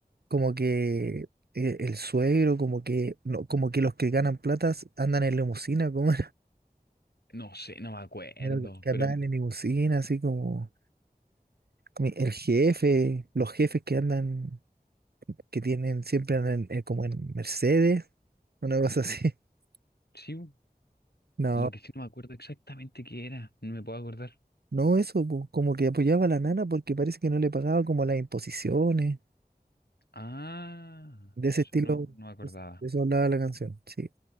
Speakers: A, on the right (about 75°); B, on the left (about 85°).
A: como que eh, el suegro, como que no, como que los que ganan platas andan en limusina, como
B: No sé, no me acuerdo,
A: Pero los que
B: pero
A: andan en limusina, así como mi- el jefe, los jefes que andan, que tienen siempre andan en- eh, como en Mercedes, una cosa así. <laughs>
B: sí,
A: No,
B: lo que sí no me acuerdo exactamente qué era, no me puedo acordar.
A: no eso, po, como que apoyaba a la nana porque parece que no le pagaba como las imposiciones,
B: Ah,
A: de ese
B: eso
A: estilo,
B: no, no me acordaba.
A: pues, de eso hablaba la canción, sí.